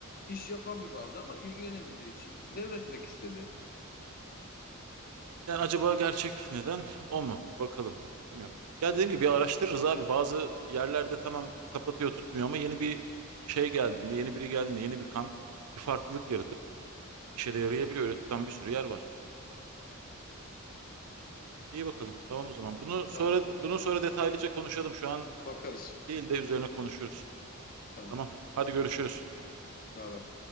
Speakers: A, on the left; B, on the right.
A: İş yapan bir barda ama ilgilenemeyeceği için devretmek istedi.
B: Yani acaba gerçek neden o mu? Bakalım. Bilmiyorum. Ya dediğim gibi bir araştırırız abi. Bazı yerlerde tamam kapatıyor tutmuyor ama yeni bir şey geldiğinde, yeni biri geldiğinde, yeni bir kan bir farklılık yaratıp işe de yarayabiliyor. Öyle tutan bir sürü yer var. İyi bakalım. Tamam o zaman. Bunu sonra
A: Tamam
B: bunu sonra detaylıca konuşalım. Şu an
A: bakarız.
B: değil de üzerine konuşuruz.
A: Tamam.
B: Tamam. Hadi görüşürüz.
A: haber?